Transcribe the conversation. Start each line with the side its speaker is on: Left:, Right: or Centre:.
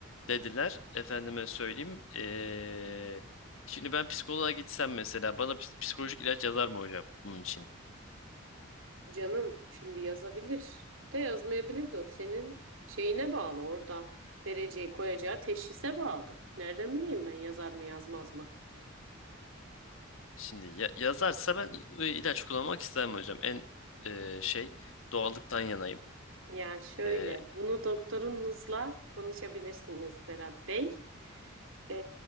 Left: dediler. Efendime söyleyeyim. eee, şimdi ben psikoloğa gitsem mesela bana ps- psikolojik ilaç yazar mı hocam bunun için?
Right: Canım şimdi yazabilir de yazmayabilir de o senin şeyine bağlı orada vereceği koyacağı teşhise bağlı. Nereden bileyim ben yazar mı yazmaz mı?
Left: Şimdi ya- yazarsa ben i- ilaç kullanmak istemem hocam. En eee, şey doğallıktan yanayım.
Right: Ya şöyle
Left: Eee,
Right: bunu doktorunuzla konuşabilirsiniz Berat Bey. Ee,